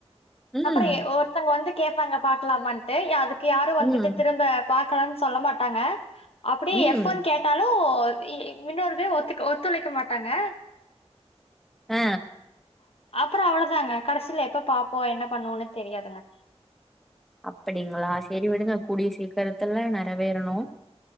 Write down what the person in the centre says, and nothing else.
ம்
ம்
ம்
ஆ
அப்டிங்களா செரி விடுங்க கூடிய சீக்கிரத்துல நெறவேறணும்